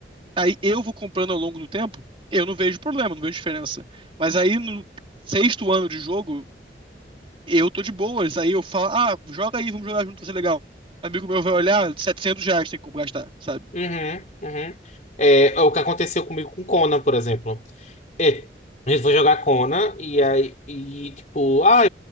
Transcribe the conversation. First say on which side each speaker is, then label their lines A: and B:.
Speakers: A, on the right; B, on the left.
A: aí eu vou comprando ao longo do tempo, eu não vejo problema, não vejo diferença. Mas aí no sexto ano de jogo, Eu tô de boas. Aí eu falo, ah, joga aí, vamos jogar junto, vai ser legal. Amigo meu vai olhar, setecentos reais tem como gastar, sabe?
B: uhum, uhum. É, o que aconteceu comigo com Conan, por exemplo. É, a gente foi jogar Conan e aí, e, tipo, ah,